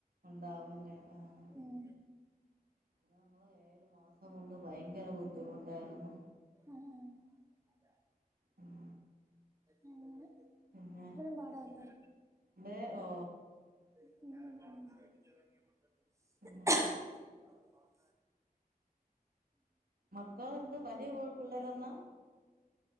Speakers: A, on the right; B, on the right.
A: ഉണ്ടാവുംല്ലേ ആഹ്
B: ഉം
A: ഞങ്ങള് ഏഴു മാസം കൊണ്ട് ഭയങ്കര ബുദ്ധിമുട്ടാരുന്നു
B: ആ ആ
A: ഉം
B: അങ്ങനെ
A: പിന്നെ
B: മഴയാകുമ്പോഴും പാടാല്ലേ
A: തെ ഓ
B: ഖോ
A: പിന്നെ മക്കള് എന്ത് വലിയ പിള്ളേരെന്നാ